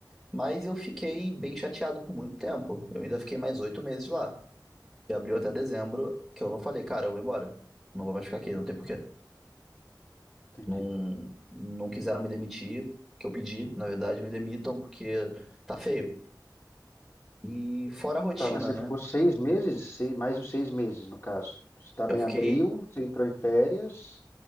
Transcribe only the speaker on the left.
Entendi.
Tá, mas você
ficou seis meses? Sei- mais os seis meses, no caso. Você estava
em abril, você entrou em férias.